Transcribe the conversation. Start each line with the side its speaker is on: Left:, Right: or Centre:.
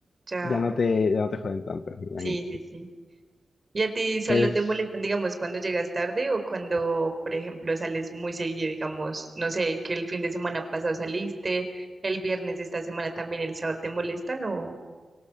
Right: ya,
Left: Ya no te, ya no te joden tanto, me imagino.
Right: sí, sí, sí. ¿Y a ti solo
Left: Pues
Right: te molestan, digamos, cuando llegas tarde o cuando, por ejemplo, sales muy seguido, digamos, no sé, que el fin de semana pasado saliste, el viernes de esta semana también, el sábado te molestan o,